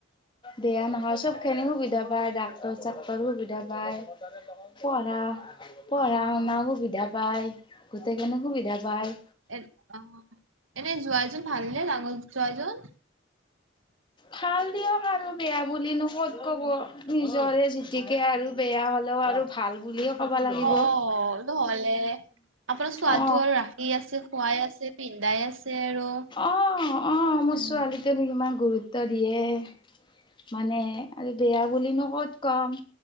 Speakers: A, on the left (about 25°); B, on the right (about 80°).
A: বেয়া নহয় চব
B: অ',
A: খিনি সুবিধা পায় ডাক্তৰ চাক্তৰ সুবিধা পায়, পঢ়া পঢ়া
B: অ',
A: শুনা
B: অ',
A: সুবিধা পায়, গোটেইখিনি সুবিধা পায়।
B: এ অ এনেই জোঁৱাই জন ভাল নে জোঁৱাইজন।
A: ভাল দিয়ক আৰু বেয়া বুলি নু ক'ত ক'ব নিজৰে জতিকে আৰু বেয়া হ' লে আৰু ভাল বুলিয়ে কব লাগিব
B: অ নহ'লে আপোনাৰ ছোৱালীটো
A: অ
B: আৰু ৰাখি আছে খোৱাই আছে, পিন্ধাই আছে। আৰু।
A: আঁহ আঁহ মোৰ
B: উম,
A: ছোৱালীজনীক ইমান গুৰুত্ব দিয়ে। মানে আৰু বেয়া বুলিনো ক'ত কম